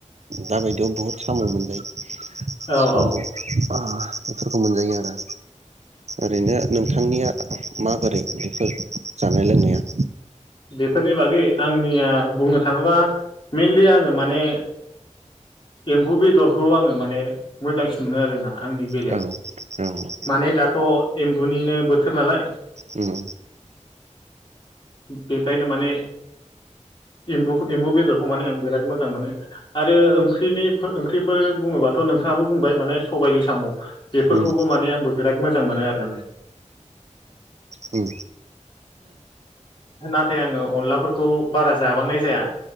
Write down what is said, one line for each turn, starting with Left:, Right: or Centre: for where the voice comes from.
Right: दा बायदियाव बहुत खामानि मोनो।
Left: औ
Right: साम'
Left: औ
Right: बेफोरखौ मोनजायो आरो ओरैनो नोंथांनिया माबोरै बेफोर जानाय-लोंनाया?
Left: बेफोरनि बागै आंनिया बुंनो थाङोबा मेनलि आं माने एम्बु बेदरखौ आङो माने मोजांसिन मोनो आरोना। आंनि बेलायाव
Right: औ औ उम उम
Left: माने दाथ'। एम्बुनिनो। बोथोर नालाय
Right: उम
Left: बेखायनो माने एम्बुखो एम्बु बेदरखौ माने आं बिराद मोजां मोनो। आरो ओं ओंख्रिनि ओंख्रिफोर बुङोब्लाथ' नोंथाङाबो बुंबाय माने सबायजों साम' बेफोरखौबो
Right: उम
Left: माने आंबो बिराद मोजां मोनो आरो माने।
Right: उम
Left: नाथाय आङो अनलाफोरखौ बारा। जाबांनाय जाया